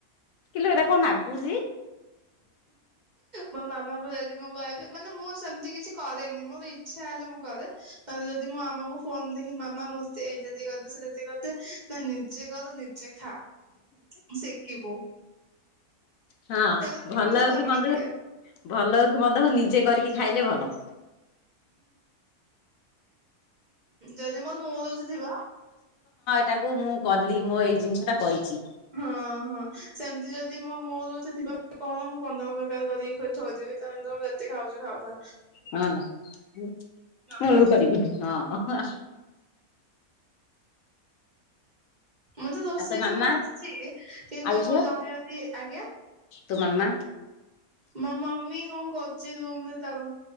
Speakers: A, on the left (about 75°); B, on the right (about 35°).
A: କିିଲୋ ଏଟା କଣ ନାଗୁଚି।
B: ମୋ ମାମା କୁ ଯା ମୁଁ କହିବି ମାନେ ମୁଁ ସେମତି କିଛି କରେନି, ମୋର ଇଚ୍ଛା ହେଲେ ମୁଁ କରେ, ନହେଲେ ଯଦି ମୋ ମାମା କୁ ଫୋନ୍ ଦେଖି ମାମା ମୋତେ ଏଇଟା ଟିକେ କରିଦେ, ସେଇଟା ଟିକେ କରିଦେ ନା ନିଜେ କର ନିଜେ ଖା ଶିକିବୁ।
A: ହଁ
B: ତାପରେ ପୁଣି
A: ଭଲ
B: ମୋତେ
A: ହଉ
B: କରିକି
A: କି ମନ୍ଦ
B: ଦିଏ।
A: ହଉ ଭଲ ହଉ କି ମନ୍ଦ ହଉ ନିଜେ କରିକି ଖାଇଲେ ଭଲ।
B: ଯଦି ମୋଡ ମୁଡ ଉଠିଥିବ
A: ତାକୁ ମୁଁ କଲି, ମୋ ଏଇ ଜିନିଷ ଟା କରିଛି।
B: ହଁ, ହଁ ସେମତି ଯଦି ମୋ ମୁଡ ଉଠିଥିବ <inaudible> କହନା ମୁଁ ପନ୍ଦର ପ୍ରକାର କରିକି ଖୁ ଥୋଇ ଦେବି ତୋମେ ତୋମ ଯେତିକି ଖାଉଚ ଖାଉଥା।
A: ହଁ ମୁଳୁରୁ
B: କର
A: କରିବୁନି ହଁ।
B: ମୋତେ
A: ଆଉ
B: ସେଇ
A: ତୋ ମାମା
B: ସବୁ ଆସିଚି, ଏ କିନ୍ତୁ
A: ଆଉ ଝିଅ
B: ଜଣେ ଯଦି ଆଜ୍ଞା,
A: ତୋ ମାମା
B: ମୋ ମମି କଣ କରୁଚି ରୁମ୍ ରେ ତାର।